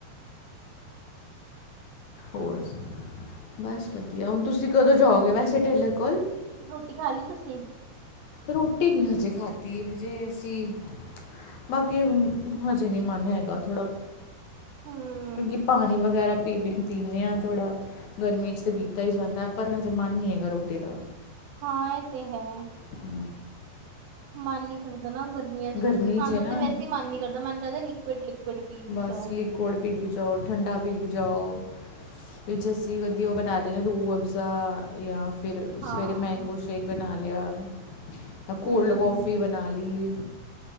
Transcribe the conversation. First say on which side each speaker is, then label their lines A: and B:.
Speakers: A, on the left (about 70°); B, on the right (about 80°).
A: ਹੋਰ ਬਸ ਵਦੀਆ ਹੁਣ ਤੁਸੀਂ ਕਦੋਂ ਜਾਓਗੇ ਵੈਸੇ ਟੇਲਰ ਕੋਲ
B: ਰੋਟੀ ਖਾ ਲੀ ਤੁਸੀਂ?
A: ਰੋਟੀ ਨੀ ਹਜੇ ਖਾਧੀ ਹਜੇ ਅਸੀਂ ਬਾਕੀ ਹਜੇ ਨੀ ਮਨ ਹੈਗਾ ਥੋੜ੍ਹਾ
B: ਹੂੰ
A: ਕਿਉਂਕਿ ਪਾਨੀ ਵਗੈਰਾ ਪੀ ਪੀਂਨੇ ਹਾਂ ਥੋੜ੍ਹਾ ਗਰਮੀ 'ਚ ਤੇ ਪੀਤਾ ਹੀ ਜਾਂਦਾ ਪਰ ਹਜੇ ਮਨ ਨੀ ਹੈਗਾ ਰੋਟੀ ਦਾ।
B: ਹਾਂ ਏ ਤੇ ਹੈ
A: ਹੂੰ
B: ਮਾਨ ਨੀ ਕਰਦਾ ਨਾ ਗਰਮੀਆਂ ਚ
A: ਗਰਮੀ
B: ਰੋਟੀ ਖਾਣ ਦਾ
A: ਨਾ
B: ਤੇ ਵੈਸੇ ਮਨ ਨੀ ਕਰਦਾ ਮਨ ਕਰਦਾ ਲਿਕਵੀਡ- ਲਿਕਵੀਡੀ ਪੀ ਵੀ ਜ਼ਾ
A: ਸਲੀਕੁਡ ਵੀ ਵੀ ਜਾਓ ਠੰਡਾ ਵੀ ਵੀ ਜਾਓ। ਜੱਸੀ ਵਦੀ ਉ ਬਣਾ ਲੈਂ ਰੂਅਫਜ਼ਾ ਯਾ ਫਿਰ
B: ਹਾਂ
A: ਸਵੇਰੇ ਮੈਂਗੋ ਸ਼ੈ ਕੇਕ ਬਣਾ ਲਿਆ, ਕੋਲਡ
B: ਹੂੰ ਹੂੰ
A: ਕੌਫੀ ਬਣਾ ਲੀ।